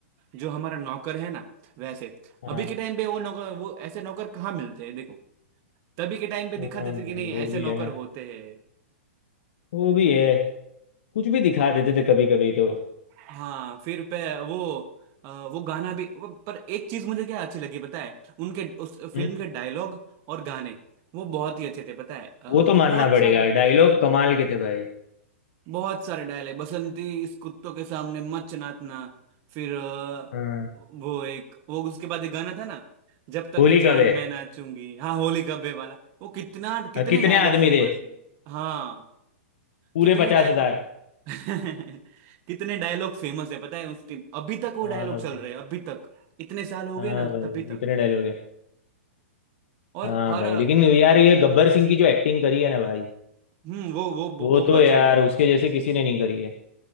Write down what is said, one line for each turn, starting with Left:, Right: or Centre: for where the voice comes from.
Right: जो हमारा नौकर है ना वैसे
Left: हाँ
Right: अभी के टाइम पे वो नौकर वो ऐसे नौकर कहाँ मिलते हैं देखो तभी के टाइम पे
Left: हाँ
Right: दिखा देते
Left: भाई
Right: कि नहीं
Left: वो
Right: ऐसे
Left: भी
Right: नौकर
Left: है ना
Right: होते हैं
Left: वो भी है कुछ भी दिखा
Right: अ,
Left: देते थे कभी कभी तो
Right: हाँ फिर पे वो अ, वो गाना भी वो, पर एक चीज मुझे क्या अच्छी लगी पता है उनके उस फिल्म
Left: हम्म,
Right: के डायलॉग और गाने वो बहुत ही अच्छे थे पता है अ,
Left: वो तो
Right: बहुत
Left: मानना पड़ेगा
Right: सारे
Left: डायलॉग कमाल के थे भाई
Right: बहुत सारे डायलॉग बसंती इस कुत्तों के सामने मत नाचना फिर अ,
Left: हाँ
Right: वो एक वो उसके बाद एक गाना था ना जब तक
Left: होली
Right: के जान
Left: कब है
Right: मैं नाचूंगी हाँ होली कब्बे वाला वो कितना कितने
Left: अ, कितने
Right: डायलॉग
Left: आदमी
Right: फेमस
Left: थे
Right: है हाँ
Left: पूरे
Right: कितने
Left: पचास
Right: डायलॉग
Left: हजार
Right: <laughs> कितने डायलॉग फेमस है पता है उस टीम अभी तक वो
Left: हाँ
Right: डायलॉग चल
Left: भाई
Right: रहे हैं अभी तक इतने साल हो
Left: हाँ
Right: गए ना
Left: भाई
Right: तभी तक
Left: इतने डायलॉग है
Right: और
Left: हाँ
Right: हर
Left: भाई लेकिन यार ये गब्बर सिंह की जो एक्टिंग करी है ना भाई
Right: हम्म वो वो वो
Left: वो
Right: वो
Left: तो
Right: गजब
Left: यार
Right: है
Left: उसके जैसे किसी ने नहीं करी है